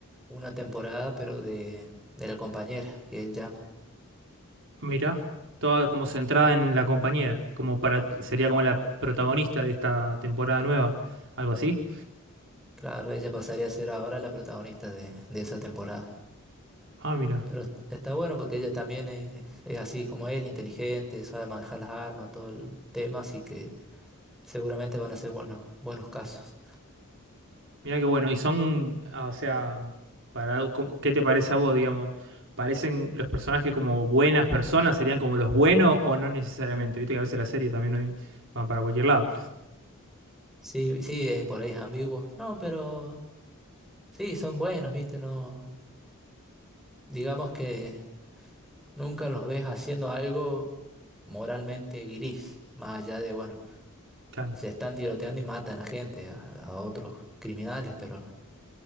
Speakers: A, in the centre; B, on the right (about 60°).
A: una temporada, pero de, de la compañera que él llama.
B: Mira, toda como centrada en la compañera, como para sería como la protagonista de esta temporada nueva, algo así.
A: Claro, ella pasaría a ser ahora la protagonista de, de esa temporada.
B: Ah, mira,
A: Pero est- está bueno porque ella también es, es así como él, inteligente, sabe manejar las armas, todo el tema, así que seguramente van a ser buenos, buenos casos.
B: mira qué bueno. Y son, ah, o sea, para ¿cómo- ¿qué te parece a vos, digamos? ¿Parecen los personajes como buenas personas? ¿Serían como los buenos o no necesariamente? Viste que a veces la serie también hoy van para cualquier lado.
A: Sí, sí, es por ahí es ambiguo. No, pero sí, son buenos, ¿viste? No, digamos que nunca los ves haciendo algo moralmente gris, más allá de, bueno,
B: Claro.
A: se están tiroteando y matan a gente, a, a otros criminales, pero